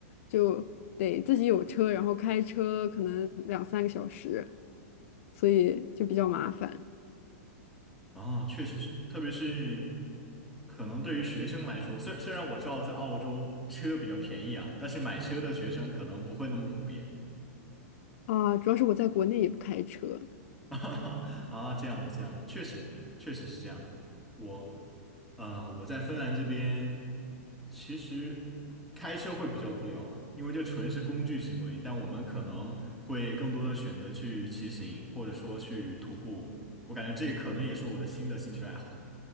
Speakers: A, on the left; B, in the centre.
A: 就得自己有车，然后开车可能两三个小时，所以就比较麻烦
B: 啊、确实是，特别是可能对于学生来说，虽虽然我知道在澳洲车比较便宜啊，但是买车的学生可能不会那么普遍。
A: 啊。主要是我在国内也不开车。
B: <laughs> 啊，这样子，这样子，确实，确实是这样的。我，呃，我在芬兰这边，其实开车会比较无聊，因为这纯是工具行为，但我们可能会更多的选择去骑行，或者说去徒步。我感觉这可能也是我的新的兴趣爱好